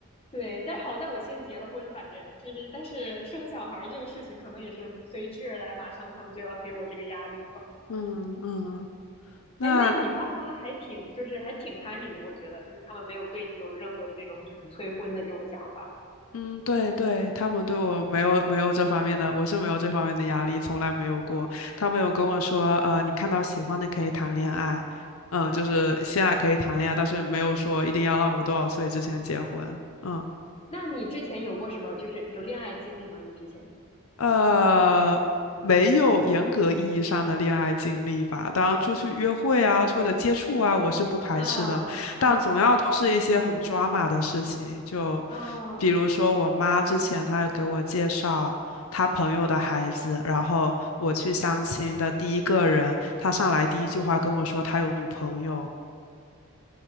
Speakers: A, on the left; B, on the left.
A: 对，但是好在我先结了婚，反正就是，但是生小孩儿这个事情可能也是随之而来，马上他们就要给我这个压力吧。
B: 嗯嗯嗯，那
A: 哎，那你爸妈还挺，就是还挺开明的，我觉得，就是他们没有对你有任何的这种就是催婚的这种想法。
B: 嗯，对对，他们对我没有没有这方面的，我是没有这方面的压力，从来没有过。他们有跟我说，呃，你看到喜欢的可以谈恋爱，嗯，就是现在可以谈恋爱，但是没有说一定要让我多少岁之前结婚。嗯。
A: 那你之前有过什么，就是有恋爱经历吗？你之前？
B: 呃，没有严格意义上的恋爱经历吧。当然，出去约会啊，或者接触啊，我是不排斥的。
A: 啊啊
B: 但总要都是一些很抓马的事情，就
A: 啊！
B: 比如说我妈之前她有给我介绍她朋友的孩子，然后我去相亲的第一个人，他上来第一句话跟我说他有女朋友。